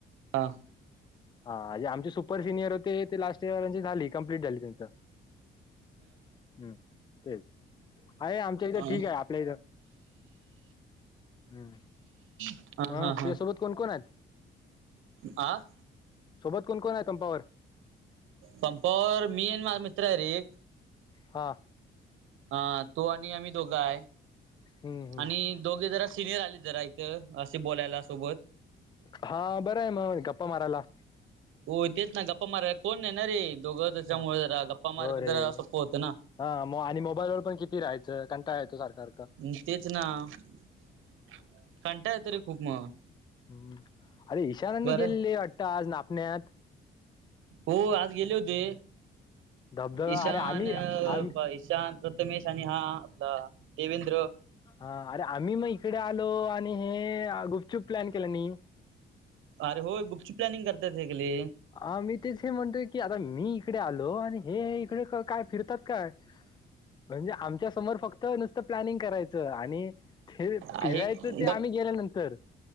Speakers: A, on the right; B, on the left.
A: हां
B: हाे आमचे सुपर सिनियर होते ते लास्ट इयर त्यांची झाली कंप्लीट झाली त्यांची. हम्म तेच. अरे आमच्या इथं
A: हा
B: ठीक आहे आपल्या इथं. हम्म
A: हा
B: मग
A: हा हा
B: तुझ्यासोबत कोण कोण आहेत?
A: आ.
B: सोबत कोण कोण आहेत पंपावर?
A: पंपावर मी आणि माझा मित्र आहे रे.
B: हा.
A: हा तो आणि आम्ही दोघं आहे
B: हम्म हम्म
A: आणि दोघे जरा सिनियर आली जरा इथं असे बोलायला सोबत.
B: हा बरं आहे मग गप्पा मारायला.
A: हो तेच ना गप्पा माराय कोण नाही ना रे, दोघं त्याच्यामुळे
B: हो
A: जरा गप्पा मारणं
B: हो
A: पण
B: रे
A: जरा सोप्प होतं ना.
B: हा आणि मोबाईल वर पण किती राहायचं कंटाळा येतो सारखा सारखा.
A: हमं तेच ना. <inaudible> येतो रे खूप मग
B: ह अरे, ईशाननी
A: बरं
B: गेले की कुठं आज नापण्यात.
A: हो आज गेले होते.
B: धबधबा
A: ईशान,
B: अरे आम्ही आम्ही
A: ईशान <unintelligible> प्रथमेश आणि हा आपला देवेंद्र.
B: हा अरे आम्ही मग इकडे आलो आणि हे गुपचुप प्लॅन केल्यानी.
A: अरे होय गुपचूप प्लॅनिंग करतात सगळे.
B: ह मी तेच हे म्हणतोय की आता मी इकडे आलो आणि हे इकडे काय फिरतात का? म्हणजे, आमच्या समोर फक्त नुसतं प्लॅनिंग करायचं आणि ते
A: आहे
B: फिरायचं ते
A: गप
B: आम्ही गेल्यानंतर.